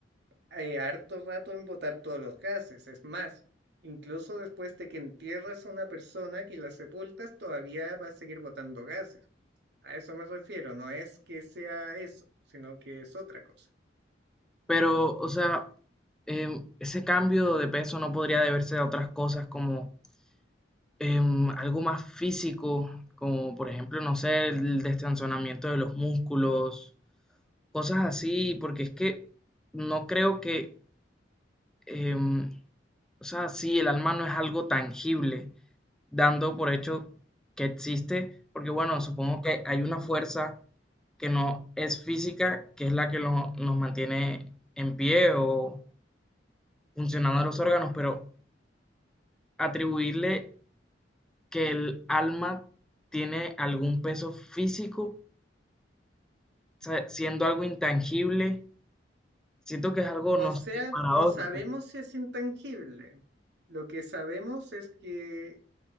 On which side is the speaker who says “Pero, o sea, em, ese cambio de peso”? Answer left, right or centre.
Centre